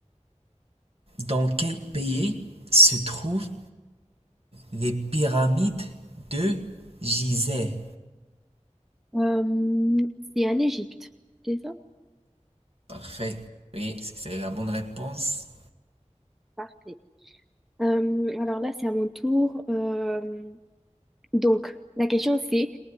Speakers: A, on the right (about 55°); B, in the centre.
A: Dans quel pays se trouvent les pyramides de Gizeh?
B: Euh, c'est en Égypte, c'est ça?
A: Parfait. Oui, c'est la bonne réponse.
B: Parfait. Euh, alors là, c'est à mon tour. Euh, donc, la question c'est